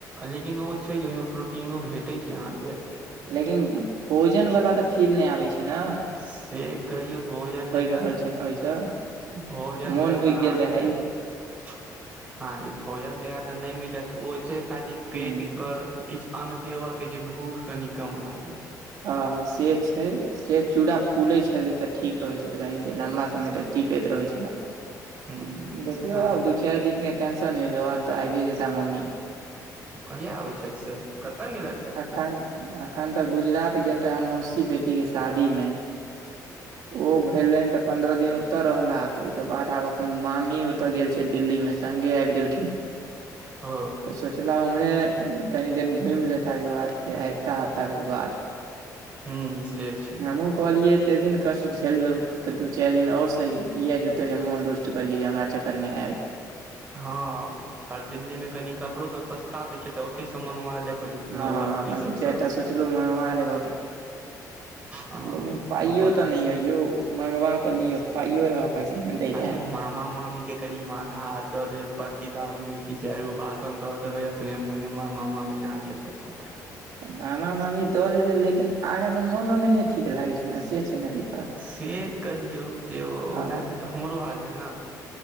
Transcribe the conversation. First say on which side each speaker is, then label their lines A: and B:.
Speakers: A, on the right (about 20°); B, on the right (about 70°).
A: लेकिन ओ छै जे ओहिमे प्रोटीनो भेटैय छै अहाँके।
B: लेकिन भोजन वाला तऽ फील नइ आबै छै ना।
A: से कहियौ भोजन जका
B: रहल छै ने ओहिसँ
A: भोजन
B: मोन
A: जकाँ
B: उगि
A: अहाँके
B: गेल रहै
A: आहाके भोजन जका तऽ नहि मिलत ओ छै खाली
B: हूँ।
A: पेट पर किछु अन्न देवऽ के जे भूख कनि कम लागे।
B: ह से छै। से चूड़ा फूलैइ छलै तऽ ठीक रहै छलै कनि देर लम्बा समय तक टिकैत रहैइ छलै।
A: हूँ
B: देखियौ
A: हँ
B: आब दू चारि दिन के टेंसन ऐ ओकर बाद त आइबे जेता मम्मी।
A: ओ कहिया आबैत् छैथ से? कतऽ गेलैथ हा?
B: अखन अखन तऽ गुजरात गेल रहै मौसी बेटीके शादीमे। ओ भेलैन त पन्द्रह दिन ओतय रहला तइ के बाद आब अखन मामी ओतय गेल छै दिल्लीमे संगे आबि गेलखिन।
A: ओ।
B: सोचलह ओम्हरे कनि दिन घुमि लेता ओहिके बाद फेर अएता हफ्ता भैर बाद।
A: हूँ से छै।
B: हमहु कहलिये एते दिन कष्स झेललऊ तऽ दू चारि दिन और सही किएक झूठे के मोन रुष्ट करियै जे हमरा चक्करमे आयल।
A: हँ आर दिल्ली में कनि कपड़ो सब सस्ता दय छै तऽ ओते सब मंगवा लेब कनि लोअर
B: हँ अपन
A: टी शर्ट
B: दू चारि
A: सब
B: टा सोचलहु मंगवा लेब के
A: हँ
B: लेकिन पाइयो
A: बढ़िया
B: तऽ नइ ऐ यो मंगबा तऽ लिय पाइयो रहबाक चाही ने। दै
A: अरे
B: लए
A: मामा मामी के कनि माथा हाथ दऽ देबै पंडित आदमी छी चारि गो भाषण द देबे अपने मोने मामा मामी अहाँके द देता।
B: तऽ मामा मामी दऽ देतै लेकिन आगासँ मांगयमे नहि ठीक लागै छै ने से छै ने दिक्कत।
A: से कहियौ जे ओनाहिते
B: हँ
A: तऽ हमरो हाल यऽ ना।